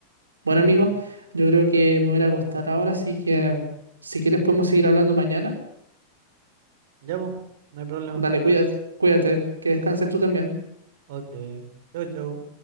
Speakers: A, on the right; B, on the right.
A: Bueno, amigos,
B: Sí.
A: yo creo que me voy a ir a acostar ahora, así que si quieres podemos seguir hablando mañana.
B: Ya, pues, no hay problema.
A: Dale, cuídate, cuídate, que descanses tú también.
B: Ok, chau, chau.